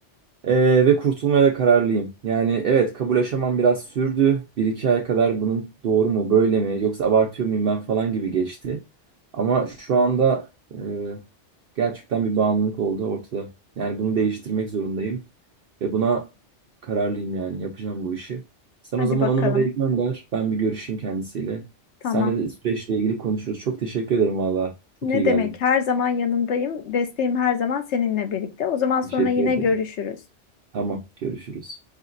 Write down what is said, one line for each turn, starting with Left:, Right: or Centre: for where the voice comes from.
Right: E, ve kurtulmaya da kararlıyım. Yani evet kabul aşamam biraz sürdü. Bir iki ay kadar bunun doğru mu böyle mi yoksa abartıyor muyum ben falan gibi geçti. Ama şu anda e, gerçekten bir bağımlılık oldu ortada. Yani bunu değiştirmek zorundayım. Ve buna kararlıyım yani yapacağım bu işi. Sen
Left: Hadi
Right: o zaman
Left: bakalım.
Right: o numarayı gönder. Ben bir görüşeyim kendisiyle.
Left: Tamam.
Right: Seninle de süreçle ilgili konuşuruz. Çok teşekkür ederim valla. Çok
Left: Ne
Right: iyi geldin.
Left: demek? Her zaman yanındayım. Desteğim her zaman seninle birlikte. O zaman sonra
Right: Teşekkür
Left: yine
Right: ederim.
Left: görüşürüz.
Right: Tamam görüşürüz.